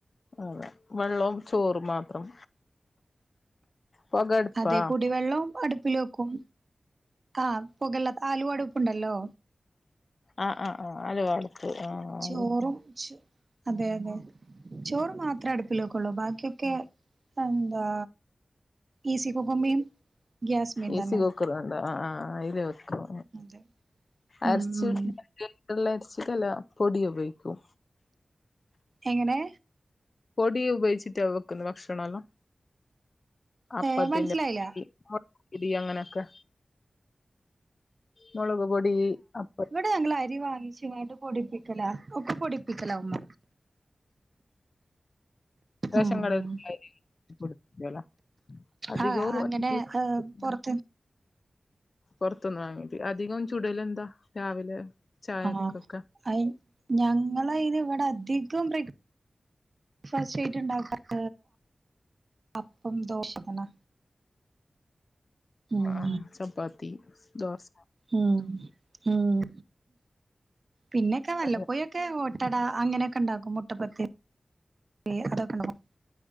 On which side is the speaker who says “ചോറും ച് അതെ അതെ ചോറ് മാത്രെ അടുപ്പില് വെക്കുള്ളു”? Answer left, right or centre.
Right